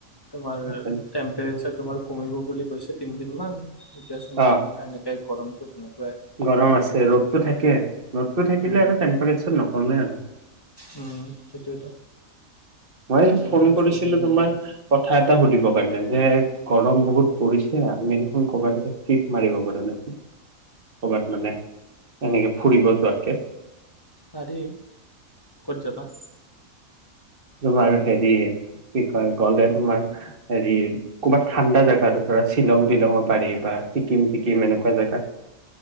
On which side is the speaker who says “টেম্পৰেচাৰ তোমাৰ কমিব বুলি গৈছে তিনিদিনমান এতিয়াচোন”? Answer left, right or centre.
Left